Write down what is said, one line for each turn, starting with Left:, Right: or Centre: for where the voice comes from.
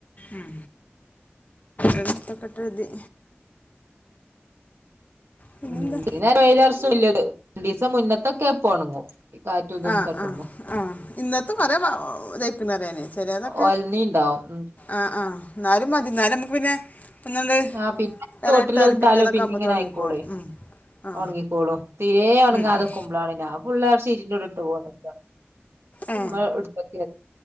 Left: ഉം എടുത്തെക്കട്ടെതി. പിന്നെന്താ
Right: ഉം ഈ നേരം വെയിലറച്ചത് വല്യാത് രണ്ടീസം മുന്നത്തൊക്കെ ഇപ്പോ ഒണങ്ങും. ഈ കാറ്റും ഇതും
Left: ആഹ്
Right: തട്ടുമ്പോ
Left: ആഹ് ആഹ് ഇന്നത്തെ <unintelligible> ഇതായിക്ക്ണ് പറിയന് ചെലതൊ
Right: ഒലനീണ്ടാവും ഉം
Left: ആഹ് ആഹ് എന്നാലും മതി എന്നാലും നമുക്ക് പിന്നെ. ഒന്നാണ്ട്
Right: ആഹ് പിന്നെ
Left: ഇറയിട്ടാലും
Right: തോട്ടിൽ ഇട്ടാലും
Left: പിറ്റേതൊക്കെ
Right: പിന്നിം
Left: ആകുമ്പോൾ
Right: ങ്ങനെ
Left: തുടങ്ങിക്കോളും
Right: ആയിക്കോളെ
Left: ഉം ആ
Right: ഉണങ്ങിക്കോളും. തീരെ ഉണങ്ങാതെക്കുമ്പോളാണ്
Left: ഉം ഉം
Right: ഞാൻ ഫുള്ള് ആ ഷീറ്റിന്റെ ഉള്ളിൽ ഇട്ട് പോന്ന്.
Left: ഏ
Right: ഉമ്മ എടുത്തെക്ക് <unintelligible>